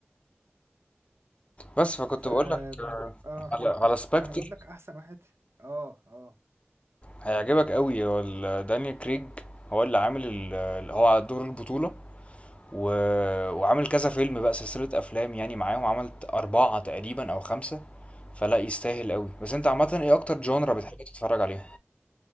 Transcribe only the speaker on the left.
بس فكنت
بقول لك
على على سبكتر
هيعجبك قوي هو ال- دانيال كريج هو اللي عامل ال- ال- هو على دور البطولة و... وعامل كذا فيلم بقى سلسلة أفلام يعني معاهم عملت أربعة تقريبا أو خمسة فلا يستاهل قوي بس أنت عامة إيه أكتر جونرا
بتحب تتفرج عليها؟